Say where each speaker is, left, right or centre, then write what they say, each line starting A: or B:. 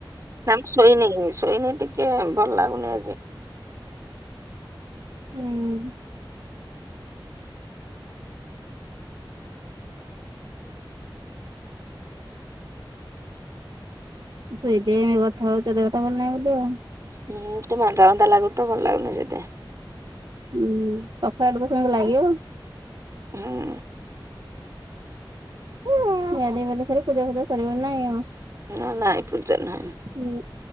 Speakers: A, on the right; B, on the right.
A: ନାଁ ମୁଁ ଶୋଇନି ଶୋଇନି ଟିକେ ଭଲ ଲାଗୁନି ଆଜି।
B: ହୁଁ। ସେଇଥିପାଇଁ ଏମିତି କଥା ହୋଉଚ ଦେହଟା ଭଲ ନାହିଁ ବୋଲି ଆଉ।
A: ହୁଁ ଟିକେ ମାନ୍ଦା ମନ୍ଦା ଲାଗୁଚି ତ ଭଲ ଲାଗୁନି ସେଇତି ପାଇଁ।
B: ହୁଁ ସକାଳଟା ତ ସେମିତି ଲାଗିବ।
A: ହୁଁ
B: <unintelligible> ଗାଧେଇ ପାଧେଇ ସାରି ପୂଜା ଫୂଜା ସରିବଣି ନାଁ କି?
A: ହେରା ନାଇଁ ପୂଜା ନାହିଁ।
B: ହୁଁ